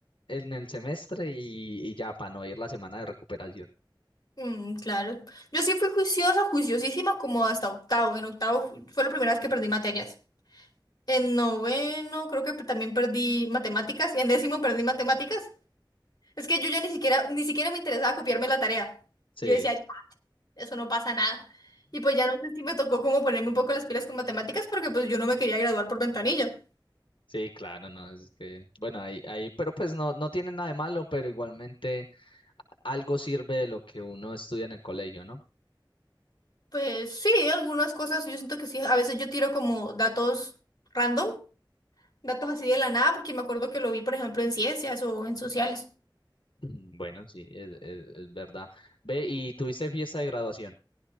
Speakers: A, on the left; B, on the left.
A: en el semestre y, y ya para no ir la semana de recuperación.
B: Mm, claro. Yo sí fui juiciosa, juiciosísima, como hasta octavo. En octavo fu- fue la primera vez que perdí materias. En noveno creo que también perdí matemáticas. Y en décimo perdí matemáticas. Es que yo ya ni siquiera, ni siquiera me interesaba copiarme la tarea.
A: Sí,
B: Yo decía, "Ya, eso no pasa nada. Y pues ya no sé si me tocó como ponerme un poco las pilas con matemáticas porque pues yo no me quería graduar por ventanilla.
A: sí, claro, no, es que, bueno, ahí, ahí, pero pues no, no tiene nada de malo, pero igualmente algo sirve de lo que uno estudia en el colegio, ¿no?
B: Pues sí, algunas cosas yo siento que sí. A veces yo tiro como datos random, datos así de la nada, porque me acuerdo que lo vi, por ejemplo, en ciencias o en sociales.
A: Mm, Bueno, sí, es, es es verdad. Ve, ¿y tuviste fiesta de graduación?